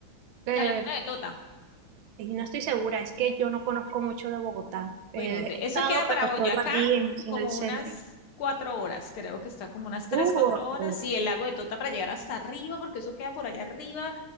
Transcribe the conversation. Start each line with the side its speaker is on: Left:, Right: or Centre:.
Right: Eh,
Left: la laguna de Tota.
Right: y no estoy segura, es que yo no conozco mucho de Bogotá.
Left: Bueno,
Right: Eh,
Left: de,
Right: he estado,
Left: eso queda para
Right: pero
Left: Boyacá
Right: solo allí en,
Left: como
Right: en el centro.
Left: unas cuatro horas, creo que está como unas tres,
Right: Uh,
Left: cuatro
Right: ok,
Left: horas, y el lago de Tota para llegar hasta arriba, porque eso queda por allá arriba,